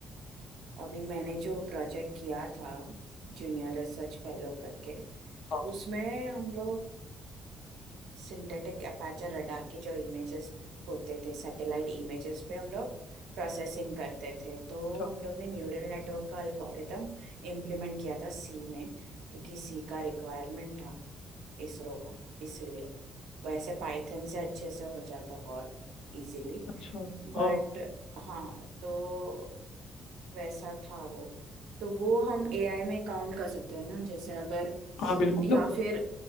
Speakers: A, on the right; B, on the left.
A: अभी मैंने जो प्रोजेक्ट किया था जूनियर रिसर्च फेलो करके तो
B: हाँ
A: उसमें हम लोग सिंथेटिक अपर्चर रडार के जो इमेजेस होते थे सैटेलाइट इमेजेस पे हम लोग प्रोसेसिंग करते थे तो
B: अच्छा
A: हम लोग ने न्यूरल नेटवर्क का अल्गोरिदम इम्प्लीमेंट किया था सी में क्योंकि सी का रिक्वायरमेंट था इसरो का इसीलिए वैसे पाइथन से अच्छे से हो जाता और इजीली
B: अच्छा हाँ
A: बट हाँ तो वैसा था वो तो वो हम एआई में काउंट कर सकते हैं ना जैसे अगर
B: हाँ बिल्कुल
A: या
B: मतलब
A: फिर